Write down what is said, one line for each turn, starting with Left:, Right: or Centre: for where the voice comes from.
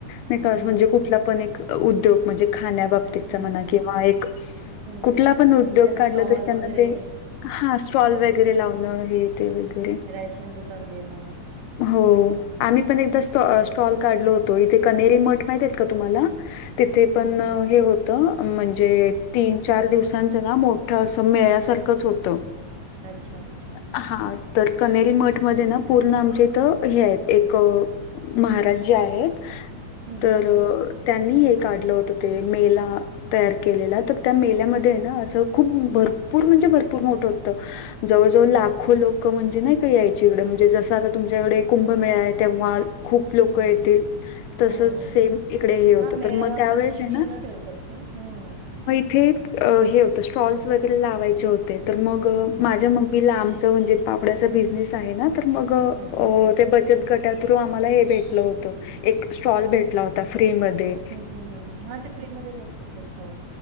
Left: नैका अस
Right: हं,
Left: म्हणजे
Right: हं,
Left: कुठला
Right: हं.
Left: पण एक उद्योग. म्हणजे खाण्याबाब तितचा
Right: हं,
Left: म्हणा. किंवा एक
Right: हं,
Left: कुठला
Right: हं.
Left: पण उद्योग
Right: त्यांना
Left: काढला
Right: स्टॉल
Left: तर त्यांना
Right: वगैरे
Left: ते. हां, स्टॉल वगैरे लावणं. हे, ते. वेगै
Right: राशेन दुकान देणं.
Left: हो. आम्ही पण एकदा स्ट- स्टॉल काढलो होतो. इथे कनेरी मठ माहितियेत का तुम्हाला? तिथे, पण
Right: हं, हं, हं.
Left: हे होतं. म्हणजे
Right: हं, हं,
Left: तीन चार
Right: हं.
Left: दिवसांचं नां. मोठं असं, मेळ्यासारखंच होतं.
Right: अच्छा, अच्छा.
Left: हां. तर कनेरी मठमध्ये ना पूर्ण आम चे. इथ हे आहेत. एक महाराज जी आहेत.
Right: हं,
Left: तर
Right: हं, हं, हं.
Left: त्यांनी हे काढलं होत, ते मेला, तयार केलेला. तर त्या मेल्यामध्येयना
Right: हां, हां.
Left: असं खूप, भरपूर म्हणजे भरपूर मोठं होतं. जवळजवळ
Right: हं,
Left: लाखो
Right: हं.
Left: लोक म्हणजे नाही का यायची इकडे. म्हणजे जसं आता तुमच्याकडे, कुंभमेळाय. तेव्हा खूप लोक
Right: हं,
Left: येतील.
Right: हं.
Left: तसच,
Right: हो, हो,
Left: सेम
Right: हो.
Left: इकडे हे होतं.
Right: हां, मेळावा
Left: तर मग त्यावेळेसयना
Right: प्रशिक्षणं ठेवतात ते, हम्.
Left: ते. हे, होत. स्टॉल्स वगैरे लावायचे होते. तर मग
Right: हं, हं,
Left: माझ्या
Right: हं.
Left: मम मी लांबच म्हणजे, पापड्याचा बिझनेस आहे ना. तर मग,
Right: अच्छा, अच्छा, अच्छा.
Left: ते बचत गटा थ्रू आम्हाला हे भेटलं होत. एक स्टॉल भेटला होता. फ्री मध्ये.
Right: ह, ह, ह, ह. हा ते फ्री मध्येच असतात, ते स्टॉल.